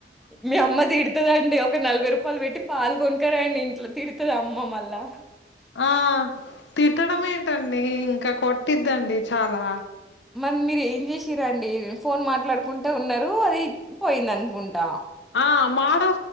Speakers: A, in the centre; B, on the left (about 80°).
A: మీ అమ్మ తిడుతదాండి ఒక నలభై రూపాయలు పెట్టి పాలుగొనకరా అండి ఇంట్లో తిడుతుంది అమ్మ మళ్ళా
B: ఆ తిట్టడం ఏంటండి ఇంకా కొట్టిద్దండి చాలా
A: మరి మీరు ఏం చేసిరండి ఫోన్ మాట్లాడుకుంటే ఉన్నారు అది పోయింది అనుకుంటా
B: ఆ మాడ